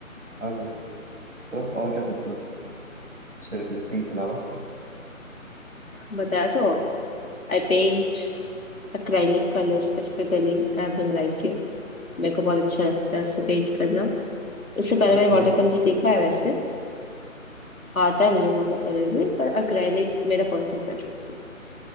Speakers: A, on the right (about 65°); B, on the left (about 75°).
A: ऑलराइट तो और क्या करते हो सेल्फ कलेक्टिंग के अलावा
B: बताया तो I paint. Acrylic colour specifically I have been liking मेरे को बहुत अच्छा लगता है इससे पेंट करना इससे पहले
A: ओके
B: मैंने वाटर कलर सीखा है वैसे आता है मुझे वाटर कलर भी पर एक्रेलिक मेरा पर्सनल प्रेफरेंस है